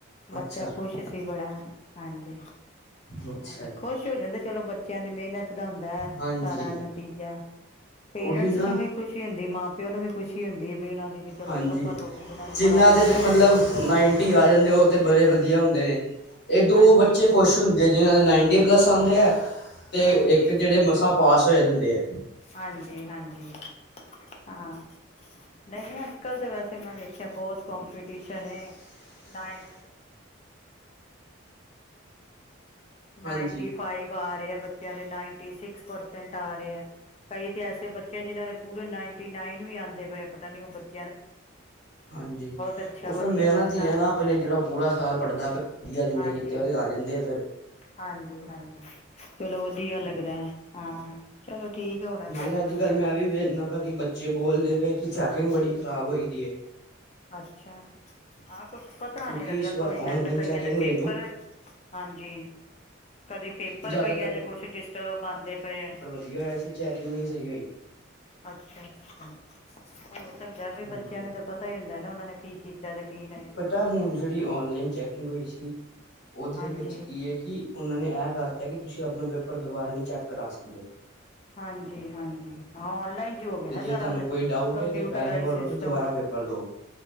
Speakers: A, on the left (about 30°); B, on the left (about 55°).
A: ਬੱਚਾ
B: ਅੱਛਾ
A: ਖ਼ੁਸ਼ ਸੀ ਬੜਾ ਹਾਂਜੀ।
B: ਅੱਛਾ
A: ਹਾਂ
B: ਜੀ
A: ਖੁਸ਼ ਹੋ ਜਾਂਦੇ ਚਲੋ ਬੱਚਿਆਂ ਦੀ ਮਿਹਨਤ ਦਾ ਹੁੰਦਾ ਹੈ।
B: ਹਾਂਜੀ
A: ਸਾਰਾ ਨਤੀਜਾ ਪੇਰੈਂਟਸ
B: ਉਹੀ ਨਾ
A: ਨੂੰ ਵੀ ਖੁਸ਼ੀ ਹੁੰਦੀ ਮਾਂ ਪਿਓ ਨੂੰ ਵੀ ਖੁਸ਼ੀ ਹੁੰਦੀ ਹੈ ਵੀ ਉਹਨਾਂ ਦੀ ਚਲੋ
B: ਹਾਂਜੀ
A: ਸਫਲ ਹੋ ਗਈ ਉਹਨਾਂ ਨੂੰ
B: ਜਿਨ੍ਹਾਂ
A: ਪੜ੍ਹਾਈ।
B: ਦੇ ਤੇ ਮਤਲਬ ਨਾਈਨਟੀ ਆ ਜਾਂਦੇ ਉਹ ਤੇ ਬੜੇ ਵਧੀਆ ਹੁੰਦੇ ਨੇ। ਇਹ ਦੋ
A: ਹਾਂਜੀ,
B: ਬੱਚੇ ਖੁਸ਼ ਹੁੰਦੇ ਆ ਜਿਹਨ੍ਹਾਂ ਦੇ ਨਾਈਨਟੀ ਪਲੱਸ ਆਉਂਦੇ ਹੈ ਤੇ
A: ਹਾਂਜੀ,
B: ਇੱਕ ਜਿਹੜੇ ਮਸਾਂ ਪਾਸ ਹੋਏ ਹੁੰਦੇ ਹੈ।
A: ਹਾਂਜੀ, ਹਾਂਜੀ ਹਾਂ। ਨਹੀਂ, ਨਹੀਂ ਅੱਜ ਕੱਲ ਤਾਂ ਵੈਸੇ ਮੈਂ ਵੇਖਿਆ ਬਹੁਤ ਕਪੀਟੀਸ਼ਨ ਐ ਨਾ ਨਾਈਨਟੀ
B: ਹਾਂਜੀ
A: ਫਾਈਵ ਆ ਰਹੇ ਆ ਬੱਚਿਆਂ ਦੇ ਨਾਏਂਟੀ ਸਿਕਸ ਪਰਸੈਂਟ ਆ ਰਹੇ। ਕਈ ਤੇ ਐਸੇ ਬੱਚੇ ਜਿਨਾਂ ਦੇ ਪੂਰੇ ਨਾਈਨਟੀ ਨਾਈਨ ਵੀ ਆਉਂਦੇ ਪਏ ਪਤਾ ਨੀ ਉਹ ਬੱਚੇ
B: ਹਾਂਜੀ
A: ਅੱਛਾ
B: ਉਹ
A: ਵਧੀਆ
B: ਫਿਰ ਮਿਹਨਤ
A: ਅੱਛਾ
B: ਹੀ ਹੈ
A: ਲ
B: ਨਾ ਆਪਣੇ ਜਿਹੜਾ ਪੂਰਾ ਸਾਲ ਪੜ੍ਹਦਾ ਪਿਆ। ਵਧੀਆ ਜਿੰਨੇ
A: ਹਾਂਜੀ
B: ਕੀਤੇ ਉਹਦੇ ਆ ਜਾਂਦੇ ਆ ਫਿਰ
A: ਹਾਂਜੀ, ਹਾਂਜੀ ਚਲੋ ਵਧੀਆ ਲੱਗਦਾ ਹਾਂ। ਚਲੋ ਠੀਕ। ਹੋਣਾ ਚਾਹੀਦਾ
B: ਨਾਲੇ
A: ਬੱਚਿਆਂ
B: ਅੱਜ ਕੱਲ੍ਹ
A: ਦਾ
B: ਮੈਂ ਵੀ ਵੇਖਦਾ ਪਿਆ ਕਿ ਬੱਚੇ ਬੋਲਦੇ ਪਏ ਕਿ ਚੈਕਿੰਗ ਬੜੀ ਖ਼ਰਾਬ ਹੋਈ ਦੀ ਹੈ।
A: ਅੱਛਾ ਹਾਂ ਕੁਛ ਪਤਾ
B: ਕਿਉਂਕਿ
A: ਨਹੀ ਲੱਗਦਾ
B: ਇਸ ਵਾਰ
A: ਕੋਈ
B: ਔਨਲਾਈਨ
A: ਕਹਿੰਦਾ ਕਈਆਂ
B: ਚੈਕਿੰਗ
A: ਦੇ
B: ਹੋਈ
A: ਪੇਪਰ
B: ਨਾ
A: ਹਾਂਜੀ ਕਦੀ ਪੇਪਰ
B: ਜ਼ਿਆਦਾਤਰ
A: ਕਈਆਂ ਦੇ ਕੁਛ ਡਿਸਟਰਬ ਆਉਂਦੇ ਪਏ ਆ।
B: ਕੀ ਹੋਇਆ ਸੀ? ਚੈਕਿੰਗ ਨਹੀਂ ਸਹੀ ਹੋਈ।
A: ਅੱਛਾ, ਅੱਛਾ। ਹੋ ਸਕਦਾ ਵੀ
B: ਹਾਂਜੀ
A: ਬੱਚਿਆਂ ਨੂੰ ਤਾਂ ਪਤਾ ਹੀ ਹੁੰਦਾ ਨਾ ਉਹਨਾਂ ਨੇ ਕੀ ਕੀਤਾ ਤੇ ਕੀ ਨਹੀਂ।
B: ਤਾਂ ਹੁਣ ਜਿਹੜੀ ਔਨਲਾਈਨ ਚੈਕਿੰਗ ਹੋਈ ਸੀ ਉਹਦੇ
A: ਹਾਂਜੀ
B: ਵਿੱਚ ਕੀ ਹੈ ਕਿ ਉਹਨਾਂ ਨੇ ਇਹ ਕਰਤਾ ਕਿ ਤੁਸੀਂ ਆਪਣਾ ਪੇਪਰ ਦੁਬਾਰਾ ਨਹੀਂ ਚੈੱਕ ਕਰਾ ਸਕਦੇ।
A: ਹਾਂਜੀ, ਹਾਂਜੀ। ਹਾਂ ਓਨਲਾਈਨ ਜੋ ਹੋ ਗਿਆ
B: ਤੇ
A: ਨਾ
B: ਜੇ
A: ਸਾਰਾ
B: ਤੁਹਾਨੂੰ
A: ਫਿਰ
B: ਕੋਈ ਡਾਊਟ
A: ਕੰਪਿਊਟਰਰਾਈਜ
B: ਹੈ ਤੇ ਪੈਸੇ ਭਰੋ
A: ਸਿਸਟਮ।
B: ਤੇ ਦੁਬਾਰਾ ਪੇਪਰ ਦੋ।